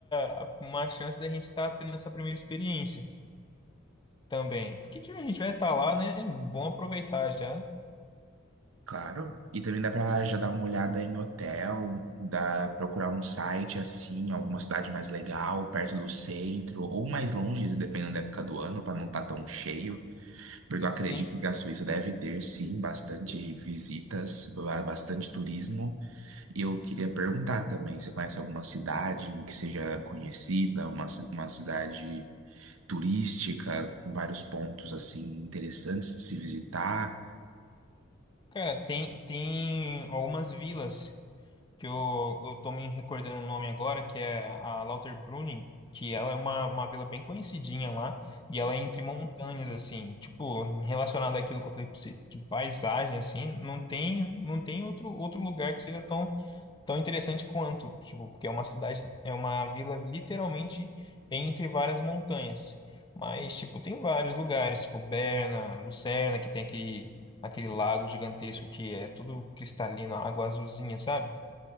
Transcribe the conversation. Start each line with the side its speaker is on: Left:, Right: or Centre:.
Left: a- uma chance da gente estar tendo essa primeira experiência também. Porque tipo, a gente vai estar lá, né? Bom aproveitar já.
Right: Claro. E também dá pra já dar uma olhada em hotel, dá procurar um site assim, alguma cidade mais legal, perto do centro, ou mais longe, dependendo da época do ano, pra não estar tão cheio. Porque eu acredito
Left: Sim.
Right: que a Suíça deve ter, sim, bastante visitas, ba- bastante turismo. E eu queria perguntar também, você conhece alguma cidade que seja conhecida, uma, ci- uma cidade turística com vários pontos assim interessantes de se visitar?
Left: Cara, tem, tem algumas vilas que eu, eu tô me recordando o nome agora, que é a Lauterbrunnen, que ela é uma, uma vila bem conhecidinha lá, e ela é entre montanhas, assim, tipo, relacionado àquilo que eu falei pra você, de paisagem, assim, não tem, não tem outro, outro lugar que seja tão, tão interessante quanto, tipo, porque é uma cidade, é uma vila literalmente entre várias montanhas. Mas, tipo, tem vários lugares, tipo Berna, Lucerna, que tem aquele, aquele lago gigantesco que é tudo cristalino, água azulzinha, sabe?